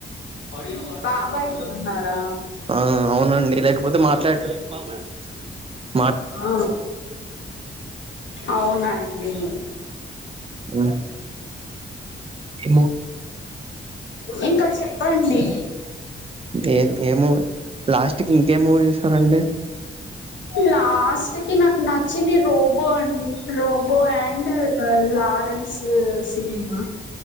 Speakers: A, on the left (about 65°); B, on the right (about 30°).
A: మీ బాబాయ్ తో ఉన్నారా
B: ఆ! అవునండి లేకపోతే మాట్లాడ <inaudible>
A: ఆ అవునండి
B: హ్మ్. ఏ
A: ఇంకా చెప్పండి
B: ఏం ఏ మూవీ లాస్ట్ కి ఇంకే మూవీ చూసారండి
A: లాస్ట్కి నాకునాచ్ నచ్చింది రోబో అండి Robo and Lawrence cinema